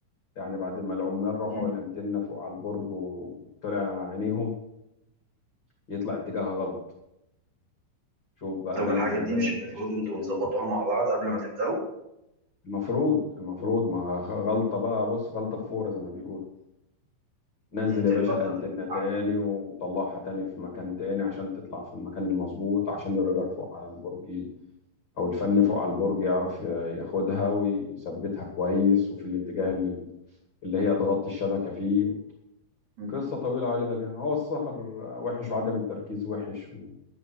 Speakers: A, on the left; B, on the right.
A: يعني بعد ما العمال رفعوا
B: مم.
A: الانتنة فوق على البرج و- وطلع عينيهم يطلع اتجاهها غلط شوف بقى
B: طب
A: نزل
B: الحاجات دي
A: بقى
B: مش
A: يا
B: المفروض
A: باشا
B: انتوا
A: تاني
B: بتظبطوها مع بعض قبل ما تبداوا
A: المفروض المفروض ما خ- غلطة بقى بص غلطة في فورة زي ما بيقولوا نزل
B: مم، دي
A: يا باشا
B: الغلطه
A: الأنتنة
B: اللي بتزعلها.
A: تاني وطلعها تاني في مكان تاني عشان تطلع في المكان المظبوط عشان الرجل فوق على البرج أو الفني فوق على البرج يعرف ي- ياخدها ويثبتها كويس وفي الاتجاه اللي, اللي هي تغطي الشبكة فيه
B: مم.
A: قصة طويلة عريضة كده هو السهر وحش وعدم التركيز وحش و-